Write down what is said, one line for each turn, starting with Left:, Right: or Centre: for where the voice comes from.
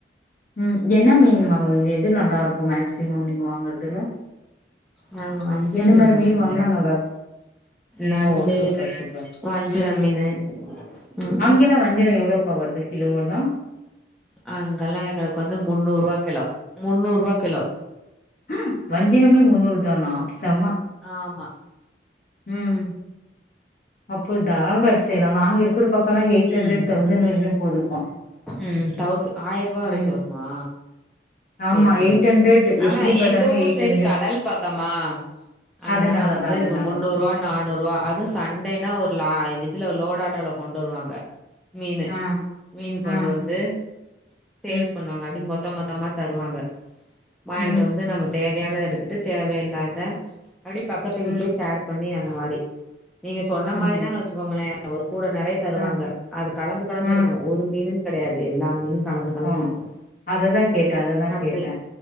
Left: ம் என்ன மீன் வாங்குவீங்க எது நல்லாருக்கு மேக்சிமம் நீங்க வாங்குறதுல
Centre: நாங்க வஞ்சர
Left: எந்த மாரி
Centre: வாங்குவே
Left: மீன் வாங்கனா நல்லாருக்
Centre: நண்டு
Left: ஓ சூப்பர் சூப்பர்
Centre: வஞ்சர
Left: ம்
Centre: மீனு ம்
Left: அங்கெல்லா
Centre: ம்
Left: வஞ்சரோ எவ்ளோ பா வர்து கிலோலா
Centre: அங்கல்லா எங்ளுக்கு வந்து முன்னூறுவா கிலோ முன்னூறுவா கிலோ
Left: ஆ வஞ்சிரமே முன்னூறு தானா செம
Centre: ஆமா
Left: ம் அப்போ தாராளமா எடுத்து செய்லா நாங்க இருக்குற பக்கோலா இங்க எயிட் ஹண்ரட்
Centre: ம்.
Left: தௌசண் வரிக்குமே போதுப்பா
Centre: ம் தௌஸ் ஆயர்ருவா வரிக்கு
Left: ம்
Centre: வருமா
Left: ஆமா
Centre: செரி செரி
Left: எயிட் ஹண்ட்ரட்
Centre: ஆனா
Left: எப்டி பாத்தாலுமே
Centre: எங்க ஊர்
Left: எயிட்
Centre: சைடு
Left: ஹண்ட்ரட்
Centre: கடல் பாக்கமா அதனால
Left: அதனாலதா
Centre: வந்து
Left: அதனாலதா
Centre: இங்க முன்னூறுவா நானூறுவா அதுவு சண்டே ன்னா ஒருலா இதுல லோட் ஆட்டோல கொண்டு வருவாங்க மீன்னு
Left: ஆ
Centre: மீன்னு
Left: ஆ
Centre: கொண்டு வந்து சேல்ஸ்
Left: ம்
Centre: பண்ணுவாங்க அப்டி மொத்தோ மொத்தோமா தருவாங்க வாங்கிட்டு
Left: ம்
Centre: வந்து நம்ம தேவையானத எடுத்துட்டு தேவயில்லாத அப்டி பக்கத்து
Left: ம்
Centre: வீட்லயே ஷேர் பண்ணி அந்த மாரி நீங்க சொன்ன
Left: ம்
Centre: மாரி
Left: ம்
Centre: தான் வெச்சுக்கோங்ளே ஒரு கூட நெறைய தருவாங்க
Left: ம்
Centre: அது கலந்து கலந்துருக்கும்
Left: ம்
Centre: ஒரு மீன் கடையாது எல்லா மீனு கலந்து கலந்துருக்கு
Left: ஓ அததா கேட்டே அததா
Centre: அப்டி
Left: கேட்டே